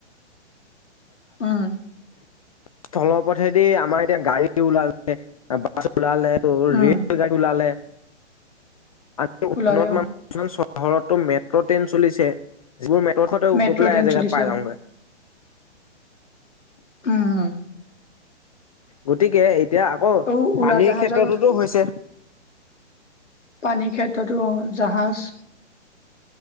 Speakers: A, on the left (about 85°); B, on the left (about 30°).
A: উম।
B: স্থলৰ পথেদি আমাৰ এতিয়া গাড়ী ওলালে, বা উলালে ৰেল
A: উম
B: গাডী উওলালে। আজ উন্নত
A: ওলালে
B: <unintelligible>
A: অ
B: মানমান চহৰতো মেট্ৰ' ট্ৰেইন চলিছে, যিবোৰ <unintelligible>
A: মেট্ৰ'
B: গৈ পেলাই
A: ট্ৰেইন
B: এ জেগাত
A: চলিছে
B: পাই
A: অ
B: যাওঁগৈ।
A: উম'।
B: গতিকে এতিয়া আকৌ
A: অ উৰাজাহাজৰ
B: পানীৰ ক্ষেত্ৰতোতো
A: কথা
B: হৈছে।
A: পানীৰ ক্ষেত্ৰতো অ', জাহাজ।